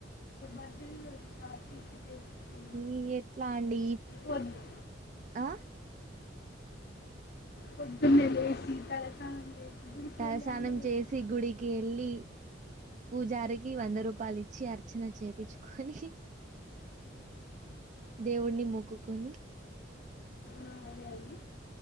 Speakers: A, on the left; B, on the right.
A: యాక్చువల్లీ నేను షార్ట్ టీ షర్ట్ వేసుకుని
B: ఈ ఎట్లా అండి
A: వొద్దు
B: ఆ
A: పొద్దున్నే లేసి తలస్నానం చేసి గుడికి
B: తలస్నానం
A: వెళ్ళాలి కదండి
B: చేసి గుడికి ఎళ్ళి పూజారికి వంద రూపాయలు ఇచ్చి అర్చన చేపిచ్చుకొని దేవున్ని మొక్కుకొని
A: ఆ అదే అండి